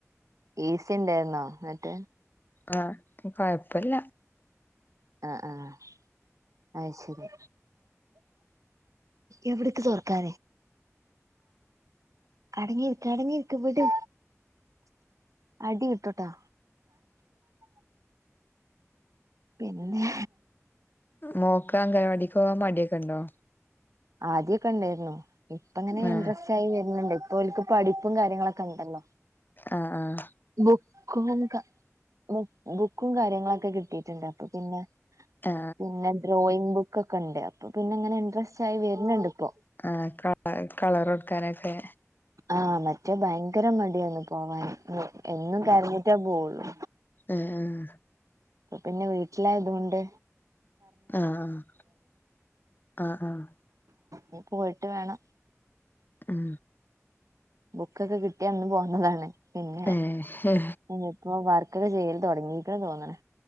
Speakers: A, on the right (about 80°); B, on the left (about 35°).
A: ഈസി ണ്ടായിര്ന്നോ ന്നട്ട്?
B: ആഹ് കൊഴപ്പല്ല.
A: ആഹ് ആഹ് അയ് ശെരി. എവിടക്ക് തുറക്കാ അടങ്ങിരിക്ക അടങ്ങിരിക്ക വിട് അടി ഇട്ടട്ടോ പിന്നെ
B: മോക്ക അംഗനവാടിക്കോവാൻ മട്യൊക്കെണ്ടോ?
A: ആദ്യ ക്കെണ്ടേര്ന്നു ഇപ്പ ങ്ങനെ
B: ആ
A: ഇൻട്രസ്റ്റായി വെര്ന്ന്ണ്ട് ഇപ്പൊൽക്ക് പഠിപ്പും കാര്യങ്ങളൊക്കെ ണ്ടല്ലോ.
B: ആഹ് ആഹ്.
A: ബുക്കും ക ബുക്ക് ബുക്കും കാര്യങ്ങളൊക്കെ കിട്ടിട്ട്ണ്ട് അപ്പൊ പിന്നെ
B: ആ
A: പിന്നെ ഡ്രോയിങ് ബുക്കൊക്കെണ്ട് അപ്പൊ പിന്നെ ങ്ങനെ ഇൻട്രസ്റ്റായി വെര്ന്ന്ണ്ട് പ്പോ.
B: ആഹ് കള കളറൊട്ക്കാനൊക്കെ.
A: ആഹ് മറ്റേ ഭയങ്കര മട്യേന്നു പോവാന് എ എന്നും കരഞ്ഞിട്ടേ പോവൊള്ളു.
B: ഉം ഉം
A: അഹ് പിന്നെ വീട്ട്ലായത്കൊണ്ട്
B: ആഹ് ആഹ് ആഹ് ആഹ്.
A: ഇഞ് പോയിട്ട് വേണം.
B: ഉം
A: ബുക്കൊക്കെ കിട്ട്യാ അന്ന് പോന്നതാണ്. പിന്നെ
B: ഏഹ്
A: ഇനിയിപ്പോ വർക്കൊക്കെ ചെയ്യല് തൊട്ങ്ങീക്ക്ണ് തോന്ന്ണ്.